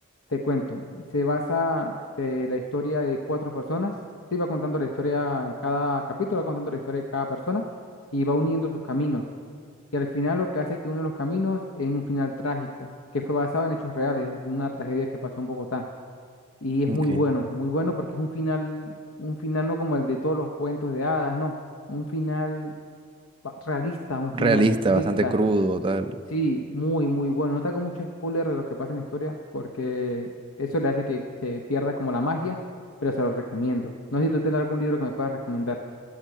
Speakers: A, on the left; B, on the right.
A: te cuento, se basa de la historia de cuatro personas, sí, va contando la historia en cada capítulo, va contando la historia de cada persona y va uniendo sus caminos. Y al final lo que hace es que une los caminos en un final trágico, que fue basado en hechos reales, de una tragedia que pasó en Bogotá. Y es
B: Ok.
A: muy bueno, muy bueno porque es un final, un final no como el de todos los cuentos de hadas, no, un final pa- realista, un
B: Realista,
A: final triste,
B: bastante crudo, tal.
A: Sí, muy, muy bueno. No te hago mucho spoiler de lo que pasa en la historia porque eso le hace que se pierda como la magia, pero se lo recomiendo. No sé si tú tienes algún libro que me puedas recomendar.